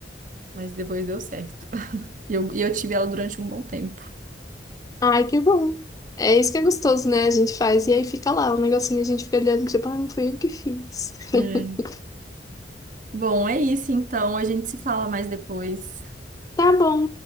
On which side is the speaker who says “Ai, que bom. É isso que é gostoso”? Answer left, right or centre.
Left